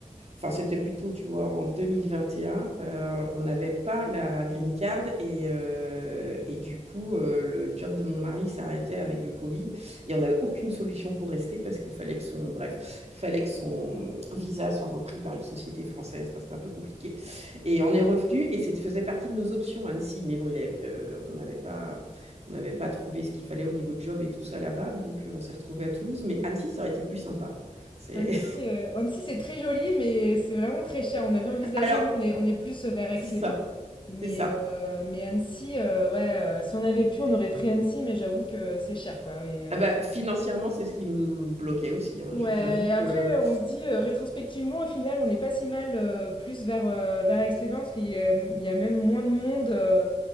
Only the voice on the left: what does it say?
Annecy, euh, Annecy, c'est très joli, mais c'est vraiment très cher. On avait envisagé,
nous, on est, on est plus vers
Aix-les-Bains.
Mais,
euh, mais Annecy, euh, ouais, euh, si on avait pu, on aurait pris Annecy, mais j'avoue que c'est cher, quoi. Et, euh,
Ouais,
et après,
euh, on se dit euh, rétrospectivement, au final, on n'est pas si mal euh, plus vers, euh, vers Aix-les-Bains, parce qu'il y a, il y a même moins de monde, euh,